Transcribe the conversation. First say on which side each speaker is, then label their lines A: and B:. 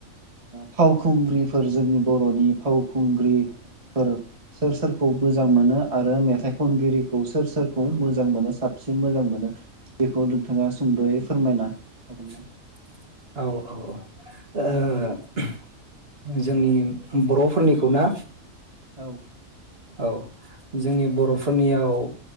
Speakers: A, on the right (about 25°); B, on the right (about 45°).
A: फावखुंग्रिफोर जोंनि बरनि फावखुंग्रिफोर सोर सोरखौ मोजां मोनो आरो मेथाइ खनगिरिखौ सोर सोरखौ मोजां मोनो साबसिन मोजां मोनो बेखौ नोंथाङा सुंदयै फोरमायना
B: औ
A: हागोन ना?
B: औ औ ओ जोंनि बरफोरनिखौ ना?
A: औ
B: औ जोंनि बरफोरनियाव